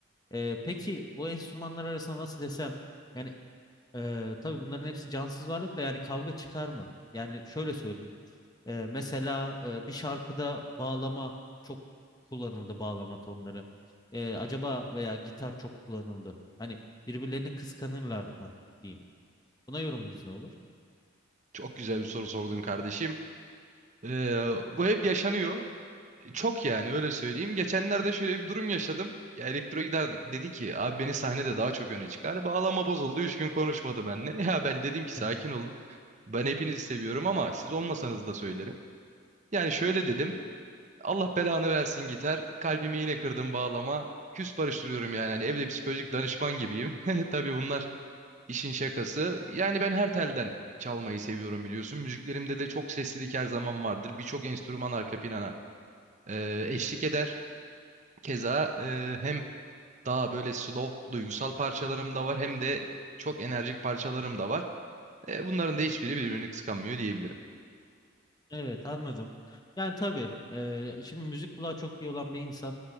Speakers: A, on the left; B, on the right.
A: Ee, peki bu enstrümanlar arasında nasıl desem yani e, tabii bunların hepsi cansız varlık da yani kavga çıkar mı? Yani şöyle söyleyeyim. Ee, mesela e, bir şarkıda bağlama çok kullanıldı bağlama tonları. Ee, acaba veya gitar çok kullanıldı. Hani birbirlerini kıskanırlar mı diyeyim. Buna yorumunuz ne olur?
B: Çok güzel bir soru sordun kardeşim. Ee, bu hep yaşanıyor Çok yani öyle söyleyeyim. Geçenlerde şöyle bir durum yaşadım. Ya elektro gider dedi ki abi beni sahnede daha çok öne çıkar. Bağlama bozuldu. Üç gün konuşmadı benimle. <laughs> Ya ben dedim ki sakin
A: Hı hı.
B: olun. Ben hepinizi seviyorum ama siz olmasanız da söylerim. Yani şöyle dedim. Allah belanı versin gitar. Kalbimi yine kırdım bağlama. Küs barıştırıyorum yani. Hani evde psikolojik danışman gibiyim. <laughs> Tabii bunlar işin şakası. Yani ben her telden çalmayı seviyorum biliyorsun. Müziklerimde de çok seslilik her zaman vardır. Birçok enstrüman arka plana e, eşlik eder. Keza e, hem daha böyle slow duygusal parçalarım da var hem de çok enerjik parçalarım da var. E, bunların da hiçbiri birbirini kıskanmıyor diyebilirim.
A: Evet anladım. Yani tabii e, şimdi müzik kulağı çok iyi olan bir insan